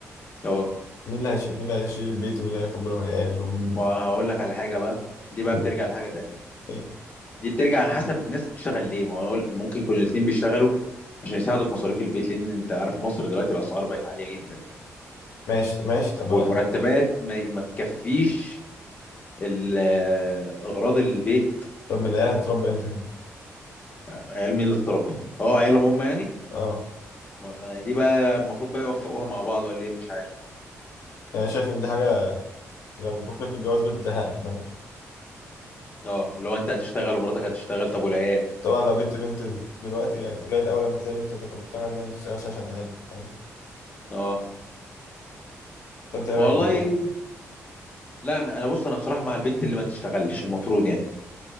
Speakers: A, on the left; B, on the left.
A: اه
B: مين اللي هيش... مين اللي هيشيل البيت ومين اللي هياخد باله من العيال ومين
A: ما هقول لك على حاجه بقى دي بقى
B: مين؟
A: بترجع لحاجه تانية
B: إيه.
A: دي بترجع على حسب الناس بتشتغل ليه ما هو أقول- ممكن يكون الاتنين بيشتغلوا عشان يساعدوا في مصاريف البيت لان انت عارف مصر دلوقتي الاسعار بقت عاليه جدا
B: ماشي ماشي طب ما
A: والمرتبات ما, ما تكفيش ال- اغراض البيت
B: طب ما العيال هتتربى امتى كده
A: عيال مين اللي تتربى اه عيالهم هم يعني
B: اه
A: ما- دي بقى المفروض بقى يوفقوها مع بعض ولا ايه مش عارف
B: يعني شايف ان دي حاجه لو بفكر في الجواز بتزهقني فاهم
A: اه لو انت هتشتغل ومراتك هتشتغل طب والعيال
B: طبعا لو جبت بنت دلوقتي يعني قليل قوي لما تلاقي بنت تبقى مقتنعه ان هي ما بتشتغلش عشان عيالها فاهم
A: اه
B: فانت ايه رايك
A: والله
B: في الموضوع ده
A: لا انا انا بص انا بصراحه مع البنت اللي ما تشتغلش المفروض يعني